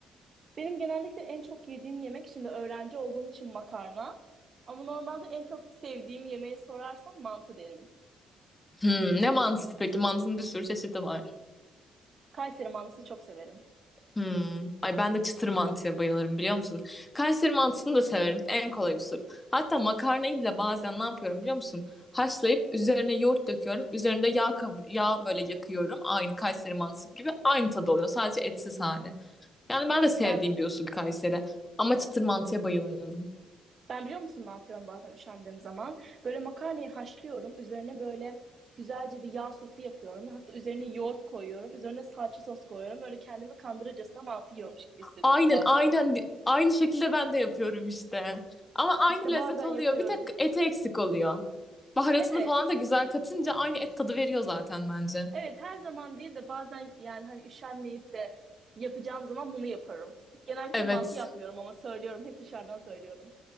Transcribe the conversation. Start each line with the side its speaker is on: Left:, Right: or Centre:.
Right: Benim genellikle en çok yediğim yemek şimdi öğrenci olduğum için makarna. Ama normalde en çok sevdiğim yemeği sorarsan mantı derim.
Left: Hmm, ne mantısı peki? Mantının bir sürü çeşidi var.
Right: Kayseri mantısı çok severim.
Left: Hmm. Ay ben de çıtır mantıya bayılırım biliyor musun? Kayseri mantısını da severim. En kolay usul. Hatta makarnayı bile bazen ne yapıyorum biliyor musun? Haşlayıp üzerine yoğurt döküyorum. Üzerinde yağ kavur yağ böyle yakıyorum. Aynı Kayseri mantısı gibi aynı tadı oluyor. Sadece etsiz hali. Yani ben de sevdiğim
Right: Ben
Left: bir usul Kayseri. Ama çıtır mantıya bayılıyorum.
Right: ben biliyor musun ne yapıyorum bazen üşendiğim zaman? Böyle makarnayı haşlıyorum. Üzerine böyle güzelce bir yağ sosu yapıyorum. Hatta üzerine yoğurt koyuyorum. Üzerine salça sos koyuyorum. Böyle kendimi kandırırcasına mantı yiyormuş gibi hissediyorum
Left: Aynen
Right: bazen.
Left: aynen aynı şekilde ben de yapıyorum işte. Ama aynı
Right: İşte
Left: lezzet
Right: bazen
Left: oluyor.
Right: yapıyorum.
Left: Bir tek eti eksik oluyor. Baharatını
Right: Evet.
Left: falan da güzel katınca aynı et tadı veriyor zaten bence.
Right: Evet her zaman değil de bazen yani hani üşenmeyip de yapacağım zaman bunu yaparım. Genellikle
Left: Evet,
Right: mantı yapmıyorum ama söylüyorum. Hep dışarıdan söylüyorum.